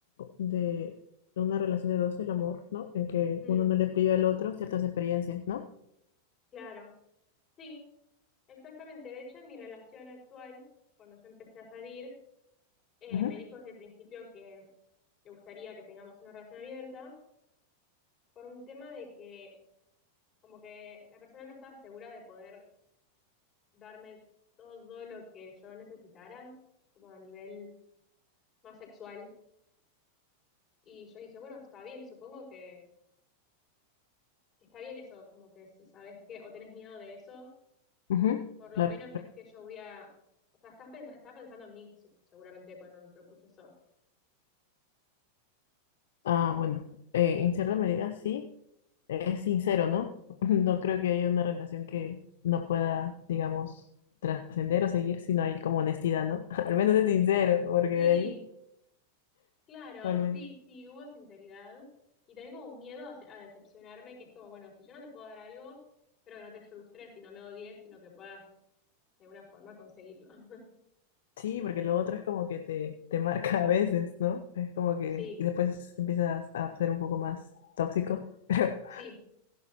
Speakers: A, on the left (about 60°); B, on the left (about 25°).
A: de una relación de dos, el amor, ¿no? En que
B: Mm,
A: uno no le priva al otro ciertas experiencias, ¿no?
B: claro. Sí, exactamente. De hecho, en mi relación actual, cuando yo empecé a salir, eh,
A: Ujú,
B: me dijo desde el principio que le gustaría que tengamos una relación abierta por un tema de que como que la persona no estaba segura de poder darme todo lo que yo necesitara, como a nivel más sexual. Y yo dije, bueno, está bien, supongo que, que está bien eso, como que si sabes que o tenés miedo de eso,
A: ujú.
B: por lo
A: Claro.
B: menos no es que yo voy a... O sea, estás pens- estaba pensando en mí, su- seguramente, cuando me propuso eso
A: Ah, bueno, eh, en cierta medida sí, es sincero, ¿no? <laughs> No creo que haya una relación que no pueda, digamos, trascender o seguir si no hay como honestidad, ¿no? <laughs> Al menos es sincero, porque
B: Sí,
A: de
B: claro,
A: ahí,
B: sí, sí, hubo sinceridad y también como un miedo a, a decepcionarme, que es como, bueno, si yo no te puedo dar algo, espero que no te frustres y no me odies, sino que puedas de alguna forma conseguirlo. <laughs>
A: Sí, porque
B: Eh,
A: lo otro es como que te, te marca a veces, ¿no? Es como que
B: sí,
A: y después empiezas a ser un poco más tóxico. <laughs> Pero
B: sí,